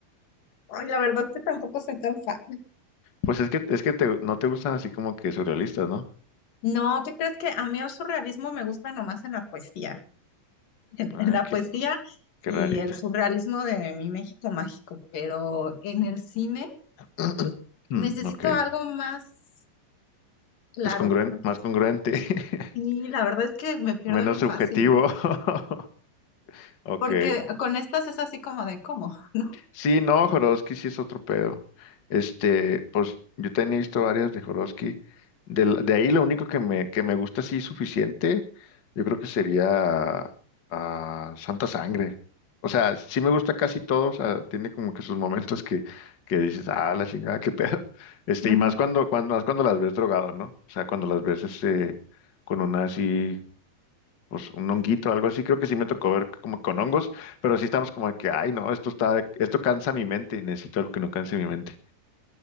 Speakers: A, on the left; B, on the left.
A: Ay, la verdad que tampoco soy tan fan.
B: Pues es que, es que te- no te gustan así como que surrealistas, ¿no?
A: No, ¿qué crees que a mí el surrealismo me gusta nomás en la poesía? <laughs>
B: Ah,
A: En la
B: qué,
A: poesía
B: qué
A: y
B: rarita.
A: el surrealismo de mi México mágico, pero en el cine
B: <clears throat> Mm,
A: necesito
B: ok.
A: algo más claro,
B: Es congruente,
A: porque
B: más congruente. <laughs>
A: sí, la verdad es que me pierdo
B: Menos
A: bien
B: subjetivo.
A: fácil.
B: <laughs> Ok.
A: Porque con estas es así como de cómo, <laughs> ¿no?
B: Sí, no, Jodorowsky sí es otro pedo. Este, pues yo también he visto varias de Jodorowsky. De, la- de ahí lo único que me, que me gusta así suficiente, yo creo que sería ah, Santa Sangre. O sea, sí me gusta casi todo, o sea, tiene como que sus momentos que, que dices, ah, la chingada, qué pedo. Este,
A: Ujú.
B: y más cuando, cuando, más cuando las ves drogado, ¿no? O sea, cuando las ves este, con una así pues un honguito, algo así, creo que sí me tocó ver como con hongos, pero sí estamos como de que, ay, no, esto está, esto cansa mi mente, necesito algo que no canse mi mente.